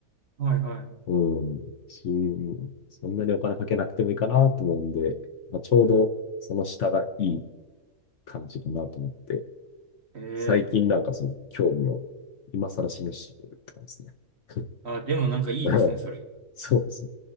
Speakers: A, on the right; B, on the left.
A: はいはい。
B: うん、し、そんなにお金かけなくてもいいかなと思うんで、まあ、ちょうどその下がいい
A: なる
B: 感じかなと思って、
A: へえ、
B: 最近なんかその興味を今更示してるって感じですね。<laughs>
A: あ、でもなんかいいですね、
B: うん
A: それ。
B: そうですね